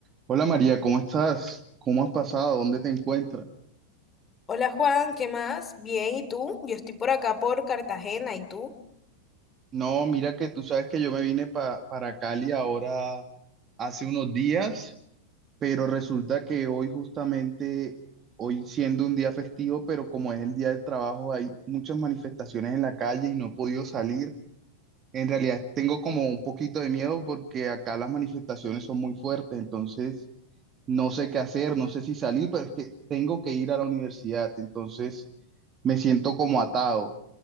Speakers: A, on the right; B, on the left.
A: Hola María, ¿cómo estás? ¿Cómo has pasado? ¿Dónde te encuentras?
B: Hola Juan, ¿qué más? Bien, ¿y tú? Yo estoy por acá por Cartagena, ¿y tú?
A: No, mira que tú sabes que yo me vine pa- para Cali ahora hace unos días, pero resulta que hoy justamente, hoy siendo un día festivo, pero como es el día del trabajo, hay muchas manifestaciones en la calle y no he podido salir. En realidad tengo como un poquito de miedo porque acá las manifestaciones son muy fuertes, entonces no sé qué hacer, no sé si salir, pero es que tengo que ir a la universidad, entonces me siento como atado.